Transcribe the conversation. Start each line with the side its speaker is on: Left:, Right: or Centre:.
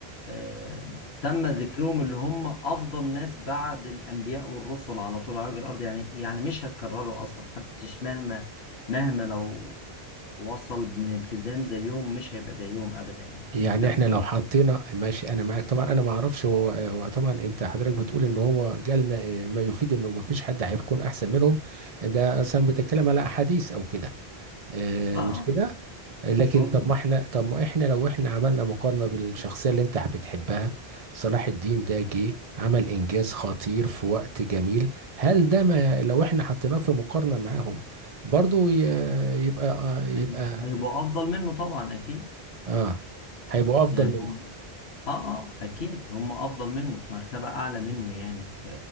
Left: آه، تم ذكرهم اللي هم افضل ناس بعد الانبياء والرسل على طول على وجه الارض يعني يعني مش هتكرروا اصلا محدش مهما مهما لو وصل من التزام زيهم مش هيبقى زيهم ابدا يعني
Right: يعني
Left: بس
Right: احنا لو حطينا ماشي انا معاك طبعا انا ما اعرفش هو هو طبعا انت حضرتك بتقول ان هو جالنا آه، ما يفيد انه ما فيش حد هيكون احسن منهم ده اصلا بتتكلم على احاديث او كده آه
Left: اه آه،
Right: مش كده لكن
Left: مظبوط
Right: طب ما احنا طب ما احنا لو احنا عملنا مقارنة بالشخصية اللي انت بتحبها صلاح الدين ده جه عمل انجاز خطير في وقت جميل هل ده ما لو احنا حطيناه في مقارنة معاهم برضو ي- يبقى آه، يبقى
Left: هيبقى- هيبقوا افضل منه طبعا اكيد
Right: اه هيبقوا افضل
Left: يعني
Right: منكم
Left: هم اه اه اكيد هم افضل منه في مرتبة اعلى منه يعني في